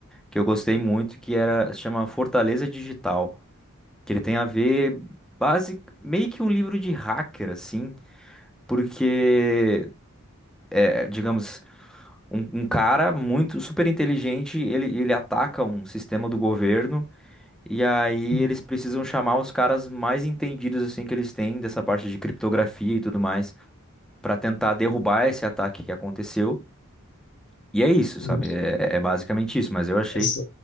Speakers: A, in the centre; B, on the left (about 55°).
A: que eu gostei muito, que era, se chama Fortaleza Digital que ele tem a ver base meio que um livro de hacker assim, porque é, digamos um, um cara muito super inteligente, ele ele ataca um sistema do governo e aí
B: Uhum.
A: eles precisam chamar os caras mais entendidos assim que eles têm dessa parte de criptografia e tudo mais para tentar derrubar esse ataque que aconteceu. E é isso, sabe?
B: Uhum.
A: É, é é basicamente isso, mas eu achei
B: Mas,